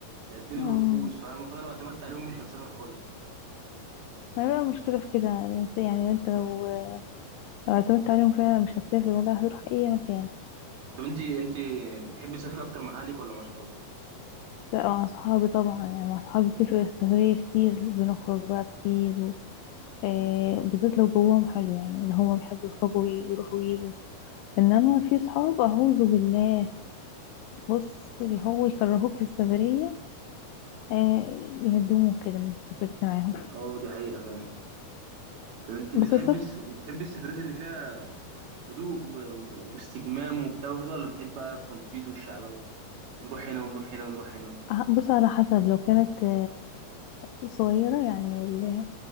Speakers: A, on the right; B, on the left.
A: الدنيا
B: امم
A: بتبوظ فاهم فانا لو اعتمدت عليهم مش هنسافر خالص
B: ما هي بقى المشكلة في كده الإنسان يعني أنت لو لو اعتمدت عليهم فعلا مش هتسافر ولا هتروح أي مكان
A: طب انت انت بتحبي تسافري اكتر مع اهلك ولا مع صحابك
B: لا مع أصحابي طبعا يعني مع أصحابي بتفرق السفرية كتير بنخرج بقى كتير و... آه
A: مم.
B: بالذات لو جوهم حلو يعني اللي هما بيحبوا يخرجوا ويروحوا ويجوا إنما في صحاب أعوذ بالله بص اللي هو يكرهوك في السفرية آه يندموك كده إن أنت سافرت معاهم
A: اه دي حقيقه فعلا طب انت
B: بس
A: بتحبي
B: السفر
A: الس- بتحبي السفرات اللي فيها هدوء و... و... واستجمام وبتاع وكده ولا بتحبي بقى التنطيط والشعلبه ونروح هنا ونروح هنا ونروح هنا
B: آه، بص على حسب لو كانت آه آه، صغيرة يعني ال-